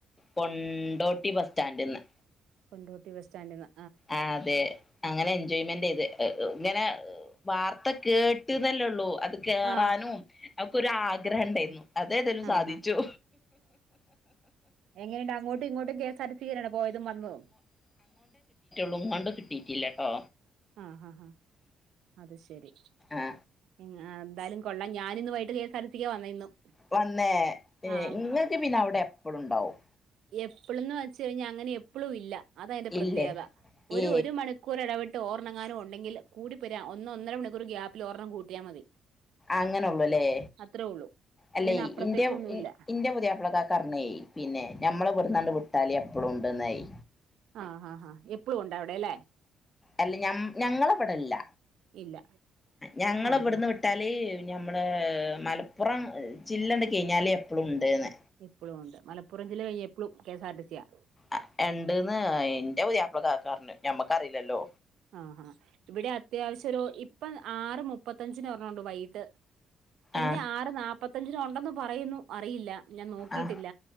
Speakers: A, on the left; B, on the right.
A: കൊണ്ടോട്ടി ബസ്റ്റാന്റ്ന്ന്
B: കൊണ്ടോട്ടി ബസ്റ്റാന്റ്ന്ന്
A: ആഹ് അതേ അങ്ങനെ എൻജോയ്മെന്റ് ചെയ്ത് ഇങ്ങനെ വാർത്ത കേട്ട്ന്നല്ലൊള്ളു. അത് കേറാനും
B: ആ
A: അവക്കൊരു ആഗ്രഹണ്ടായിരുന്നു. അതേതാലും
B: ആ
A: സാധിച്ചു
B: ഹാ എങ്ങനെണ്ട് അങ്ങോട്ടും ഇങ്ങോട്ടും K S R T C ക്കെന്നെ പോയതും വന്നതും
A: ളുംങ്ങോട്ട് കിട്ടിട്ടില്ലട്ടോ.
B: ആഹ് ഹാ ഹാ അത് ശരി
A: ആ
B: ഏ എന്തായാലും കൊള്ളാം ഞാനിന്ന് വൈകീട്ട് K S R T C ക്ക് വന്നെ ഇന്നും.
A: വന്നേ
B: ആഹ്
A: ഇങ്ങക്ക് പിന്നെ അവിടെ എപ്പളുണ്ടാവും.
B: എപ്പളുംന്ന് വെച്ച് കഴിഞ്ഞാ അങ്ങനെ എപ്പളും ഇല്ല അതാ അയിന്റെ പ്പ്രത്യേകത
A: ഇല്ലേ
B: ഒരു
A: ഏ
B: ഒരു മണിക്കൂർ ഇടവി ട്ടോരണ്ണങ്ങാനും ഉണ്ടങ്കിൽ കൂടിപോയാൽ ഒന്ന് ഒന്നര മണിക്കൂർ ഗ്യാപ്പിൽ ഒര്ണ്ണം കൂട്ടിയാൽ മതി.
A: അങ്ങനൊള്ളൂലേ
B: അത്രേ ഉള്ളൂ
A: അല്ലെയ്
B: അതിനപ്പുറത്തേക്കൊന്നുമില്ല
A: ഇന്റെ ഇൻ ഇന്റെ പുതിയാപ്ലകാക്കറഞ്ഞേയ് പിന്നെ ഞമ്മള ഇവിടുന്നാണ്ട് വി ട്ടാല് എപ്പളും ഉണ്ടന്നായി
B: ആഹ് ആഹ് ഹാ എപ്പളും ഉണ്ട അവിടെല്ലെ
A: അല്ല ഞമ് ഞങ്ങളെവിടല്ല
B: ഇല്ല
A: ഞങ്ങള
B: ആഹ്
A: ഇവിടുന്ന്
B: ആഹ്
A: വിട്ടാല് ഞമ്മളേ മലപ്പുറം ജില്ലണ്ട് കഴിഞ്ഞാല് എപ്പളുംണ്ട്ന്ന്.
B: എപ്പളും ഉണ്ട് മലപ്പുറം ജില്ല കഴിഞ്ഞ എപ്പളും. കെ എസ് ആർ ടി സിയാ.
A: ആഹ് ണ്ട്ന്ന് എന്റെ പുതിയാപ്പള കാക്കറഞ്ഞു ഞമ്മക്കറിയില്ലല്ലോ?
B: ആഹാ ഇവിടെ അത്യാവശ്യ ഒരു ഇപ്പം ആറ് മുപ്പത്തഞ്ചിന് ഒരെണ്ണണ്ട് വൈകിട്ട് പിന്നെ
A: ആ
B: ആറ് നാപത്തഞ്ചിനു ഉണ്ടെന്നു പറയുന്നു അറിയില്ല ഞാൻ നോക്കിയിട്ടില്ല.
A: ആ